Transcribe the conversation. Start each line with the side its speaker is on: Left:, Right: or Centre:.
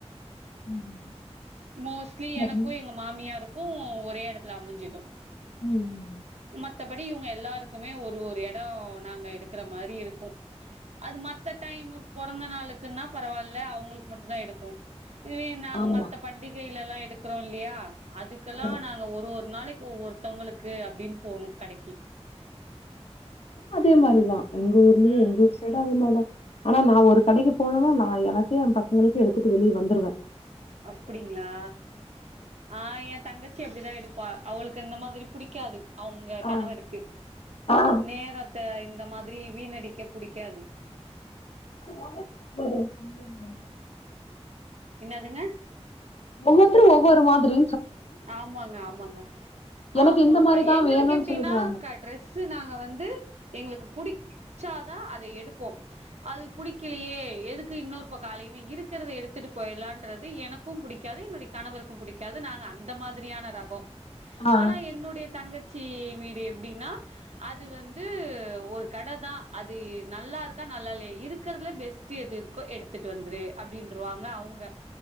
Left: ம்
Right: மோஸ்ட்லி
Left: இல்ல
Right: எனக்கு
Left: எங்
Right: எங்க மாமியாருக்கு ஒரு ஒரே எடத்துல அமஞ்சிடு
Left: ம் ம்
Right: மத்தபடி இவுங்க எ எல்லாருக்குமே ஒரு ஒரு இடம் நாங்க எடுக்கற மாதிரி இருக்கும் அது மத்த டைம் பொறந்த நாளுக்குன்னா பரவாயில்ல அவங்களுக்கு மட்டும் தான் எடுப்போம் <inaudible> இதுவே நாங்க
Left: ஆமா
Right: மத்த பண்டிக் கில எல்லாம் எடுக்கிறோம் இல்லையா அதுக்கெல்லாம்
Left: ஆமா
Right: நாங்க ஒரு ஒரு நாளைக்கு ஒவ்வொரு தவங்களுக்கு அப்படின்னு போணும் கடைக்கு
Left: அதே மாதிரிதான் எங்க ஊர்லயே
Right: ம்
Left: எங்க ஊர் சைடு அதே மாரி தான் ஆனா நான் ஒரு கடைக்கு போனேனா நான் எனக்கு என் பசங்களுக்கு எடுத்துட்டு வெளியே வந்துடுவேன்
Right: அப்படிங்களா ஆ என் தங்கச்சி அப்படிதான் எடுப்பா அவளுக்கு இந்த மாதிரி புடிக்காது அவங்க கணவருக்கு
Left: ஆ ஆ
Right: நேரத்த இந்த இந்த மாதிரி வீணடிக்க புடிக்காது
Left: <inaudible>
Right: என்னதுங்க
Left: ஒவ்வொருத்தரு ஒவ்வொரு மாதிரி
Right: ஆமாங்க ஆமாங்க
Left: எனக்கு
Right: ஆமாங்க
Left: இந்த மாரிதா
Right: எங்களுக்கு
Left: வேணுன்னு
Right: எப்படீனா
Left: சொல்லிடுறாங்க
Right: ட்ரெஸ் நாங்க வந்து எங்களுக்கு புடிச்சாதான் அதை எடுப்போம் அது புடிக்கிலியே எதுக் இன்னொரு பக்கோ அலைமை இருக்குறது எடுத்துட்டு போயர்லான்றது எனக்கு புடிக்காது என்னோட கணவருக்கு புடிக்காது நாங்க அந்த மாதுரியான ரகொ
Left: ஆ
Right: ஆனா என்னுடிய தங்கத் சி வீடு எப்டினா அது வந்து ஒரு கடதா அது நல்லா இருக்கா நல்லா இல்லயா இருக்கறதுல பெஸ்ட் எது இருக்கோ எடுத்துட்டு வந்துரு அப்டின்றுவாங்க அவ்ங்க